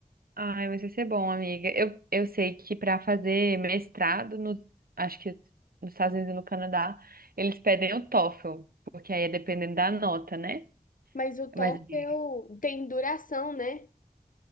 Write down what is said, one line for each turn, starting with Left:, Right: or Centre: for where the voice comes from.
Right: Ai, mas vai ser bom, amiga. Eu, eu sei que para fazer mestrado, no, acho que nos Estados Unidos e no Canadá, eles pedem o TOEFL, porque aí é dependendo da nota, né?
Left: Mas o TOEFL
Right: Mas de
Left: tem duração, né?